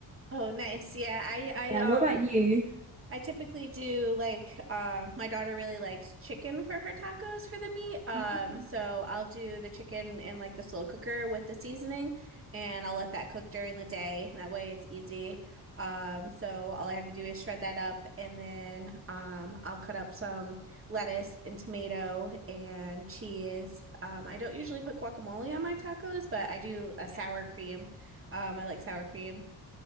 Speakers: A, on the right; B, on the right.
A: Oh, nice. Yeah, I I
B: Yeah,
A: um
B: what about you?
A: I typically do like uh, my daughter really likes chicken for her tacos for the meat. Um,
B: Mm,
A: so I'll do the chicken in like the slow cooker with the seasoning, and I'll let that cook during the day. That way it's easy. Um, so all I have to do is shred that up, and then um, I'll cut up some lettuce and tomato and cheese. Um, I don't usually put guacamole on my tacos, but I do a sour
B: yeah.
A: cream. Um, I like sour cream.